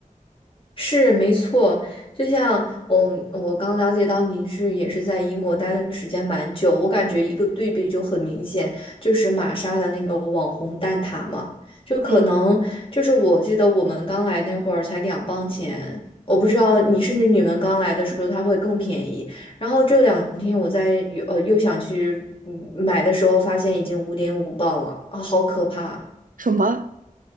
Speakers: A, on the left; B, on the right.
A: 是没错，就像我我刚了解到您是也是在英国待的时间蛮久，我感觉一个对比就很明显，就是玛莎的那个网红蛋挞嘛，就可能就是我记得我们刚来那会儿才两磅钱，
B: 嗯，
A: 我不知道你甚至你们刚来的时候它会更便宜，然后这两天我在呃又想去嗯买的时候，发现已经五点五磅了，啊，好可怕。
B: 什么